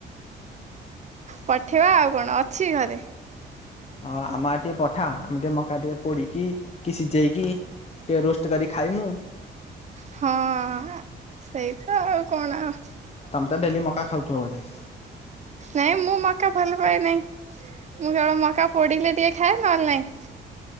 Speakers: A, on the right (about 35°); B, on the left (about 30°).
A: ପଠେଇବା ଆଉ କଣ ଅଛି ଘରେ।
B: ହଁ ଆମ ଆଡେ ଟିକେ ପଠା ଆମେ ଟିକେ ମକା ଟିକେ ପୋଡିକି କି ସିଯେଇକି ଟିକେ ରୋଷ୍ଟ କରିକି ଖାଇମୁଁ।
A: ହଁ ସେଇ ତ ଆଉ କଣ ଆଉ।
B: ତମେ ତ ଡେଲି ମକା ଖାଉଥିବ ବୋଧେ?
A: ନାଇଁ ମୁଁ ମକା ଭଲ ପାଏନାହିଁ। ମୁଁ କେବଳ ମକା ପୋଡ଼ିଲେ ଟିକେ ଖାଏ ନଲେ ନାଇଁ।